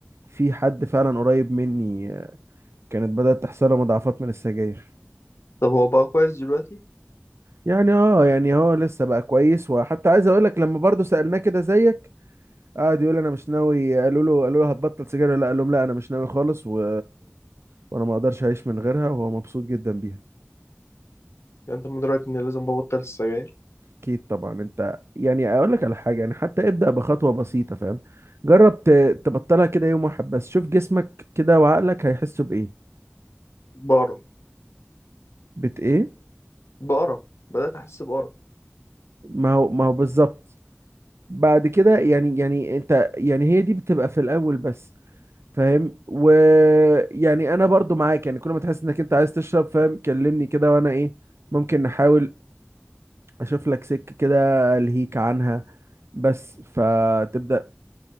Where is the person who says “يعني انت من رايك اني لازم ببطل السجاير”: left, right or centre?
Left